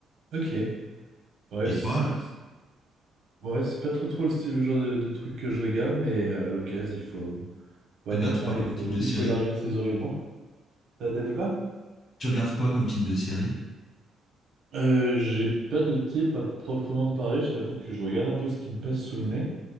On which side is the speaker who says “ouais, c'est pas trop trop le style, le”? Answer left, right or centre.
Right